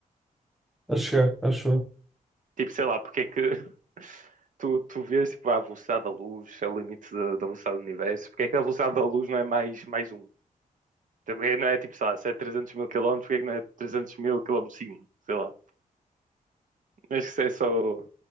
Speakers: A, in the centre; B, on the right.
A: a chegar, acho eu.
B: Tipo, sei lá, porque é que <laughs> tu, tu vês tipo, a velocidade da luz, é o limite da, da velocidade do universo, porque é que a velocidade da luz não é mais, mais um? Então, Porque é que não é tipo, sei lá, se é 300 mil quilómetros, porque é que não é 300 mil quilómetros por segundo? Sei lá. Acho que isso é só,